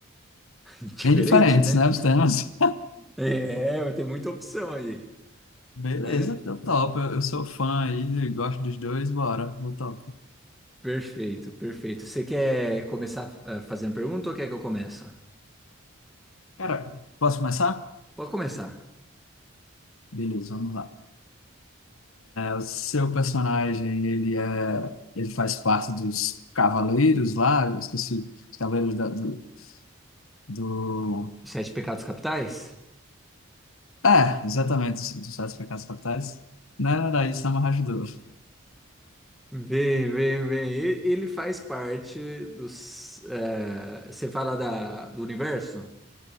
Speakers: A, in the centre; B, on the left.
A: <laughs> Diferente,
B: Bem diferentes,
A: né?
B: né, os temas?
A: É, vai ter muita opção aí,
B: <laughs> Beleza,
A: né?
B: eu topo. Eu, eu sou fã aí, gosto dos dois, bora. Eu topo.
A: Perfeito, perfeito. Você quer começar ah, fazendo pergunta ou quer que eu comece?
B: Cara, posso começar?
A: Pode começar.
B: Beleza, vamos lá. O seu personagem, ele é, ele faz parte dos cavaleiros lá, eu esqueci, os cavaleiros da- do, do...
A: Os Sete pecados capitais?
B: É, exatamente, dos, dos sete pecados capitais. Não era daí, Sama Hajdu.
A: Vem, vem, vem. E- Ele faz parte dos. eh, você fala da, do universo?